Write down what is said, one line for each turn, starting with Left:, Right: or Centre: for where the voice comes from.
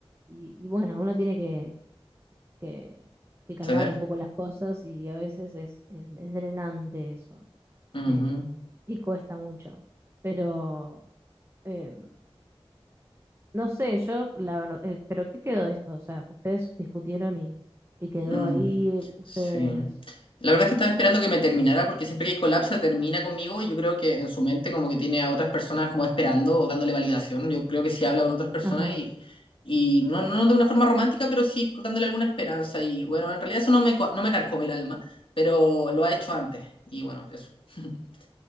Right: y, y bueno, uno tiene que, que, que calmar
Left: Ceder.
Right: un poco las cosas y a veces es, es es drenante eso
Left: Ujú.
Right: eh, y cuesta mucho. Pero eh, no sé, yo la verdad, eh, pero ¿qué quedó de esto? O sea, ustedes discutieron y, y quedó
Left: Mm,
Right: ahí, ustedes...
Left: sí. La verdad es que estaba esperando que me terminara porque siempre que hay colapsa termina conmigo y yo creo que en su mente como que tiene a otras personas como esperando o dándole validación. Yo creo que sí habla con otras personas
Right: Ajá.
Left: y, y no, no de una forma romántica, pero sí dándole alguna esperanza. Y bueno, en realidad eso no me, co- no me carcome el alma, pero lo ha hecho antes. Y bueno, eso. <laughs>